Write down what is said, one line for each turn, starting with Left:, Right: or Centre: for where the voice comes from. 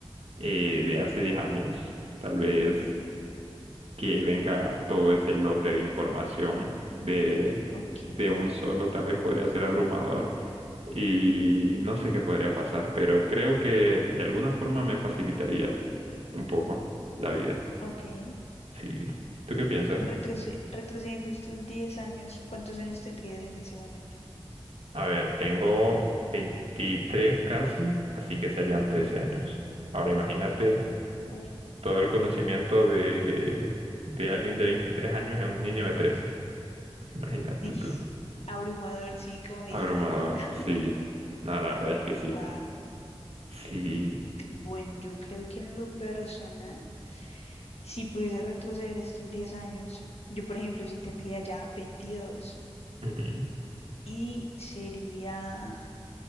Right: eh, de hace 10 años. Tal vez
Left: Ujú,
Right: que venga todo ese lote de información de,
Left: Ok,
Right: de un solo, tal vez podría ser abrumador y no sé qué podría pasar, pero creo que de alguna forma me facilitaría un poco la vida.
Left: ok.
Right: Sí. ¿Tú qué piensas?
Left: Retroce- retrocediendo estos 10 años, ¿cuántos años tendrías en ese momento?
Right: A ver, tengo 23 casi, así que serían
Left: Ujú.
Right: 13 años. Ahora imagínate
Left: Uf,
Right: todo el conocimiento de, de alguien de 23 años en un niño de trece Imagínate
Left: dish.
Right: tú.
Left: Abrumador, sí, como dijiste.
Right: Abrumador,
Left: <laughs>
Right: sí. No, la verdad es que sí.
Left: Wow.
Right: Sí.
Left: Bueno, yo creo que en lo personal, si pudiese retroceder estos 10 años, yo por ejemplo, sí tendría ya 22
Right: Ujú,
Left: y sería,